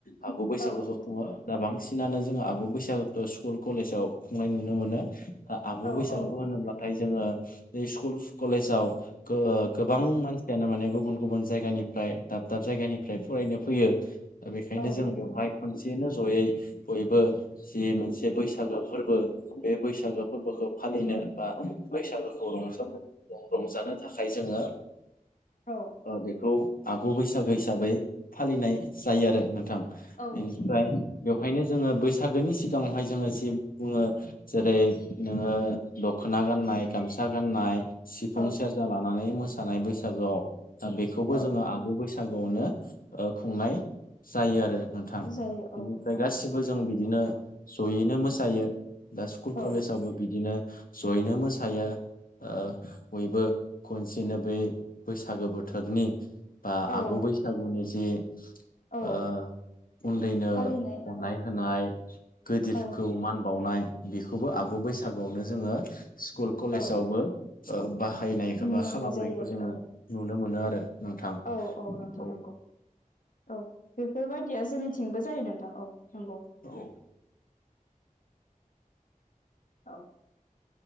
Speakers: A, on the left (about 80°); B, on the left (about 65°).
A: हागु बैसागुखौ
B: औ नोंथां
A: खुङो दा बांसिनानो जोङो आगु बैसागोखौ स्कुल कलेजाव खुंनाय नुनो मोनो दा आगु
B: औ
A: बैसागु
B: औ
A: होनोब्लाथाय
B: औ
A: जोङो बे स्कुल कलेजाव गो गोबां
B: उम
A: मानसियानो माने गुबुन गुबुन जायगानि फ्राय दाब दाब जायगानिफ्राय फरायनो फैयो दा बेनिखायनो
B: औ
A: जों
B: नोंथां
A: बेवहाय
B: नंगौ
A: खनसे जनो जयै बयबो जि मोनसे बैसागो फोरबो बे बैसागो फोरबोखौ फालिनो बा बैसागोखौ रंजानो रंजानो थाखाय जोङो
B: औ
A: बेखौ आगु बैसागो हिसाबै फालिनाय जायो आरो नोंथां
B: औ
A: बेनिफ्राय
B: नोंथां नंगौ
A: बेवहायनो जोङो बैसागोनि सिगाङावहाय जोङो जि बुङो जेरै नोङो दख'ना गाननाय गामसा गाननाय सिफुं
B: औ
A: सेरजा लानानै मोसानाय बैसागुआव दा बेखौबो
B: औ
A: जोङो आगु बैसागुआवनो खुंनाय जायो आरो। थां
B: जायो
A: बेनिफ्राय
B: औ औ
A: गासिबो जों बिदिनो जयैनो मोसायो दा स्कुल
B: औ
A: कलेजावबो बिदिनो जयैनो मोसायो बयबो खनसेनो बै बैसागो बोथोरनि बा
B: औ
A: आगु बैसागुनि जि
B: औ
A: ओ उन्दैनो
B: फालिनाय
A: अननाय
B: औ
A: होनाय गोदिरफोरखौ
B: औ
A: मान बावनाय बेखौबो आगु बैसागुआवनो जोङो स्कुल कलेजावबो
B: औ
A: बाहायनाय
B: नुनो
A: एबा खालामनायखौ
B: मोननाय जायो आरो
A: जोङो
B: औ
A: नुनो मोनो आरो नोंथां
B: औ नोंथां
A: औ
B: नंगौ औ बेफोरबायाददिया जोंनिथिंबो जायो नोंथां औ नंगौ।
A: औ
B: औ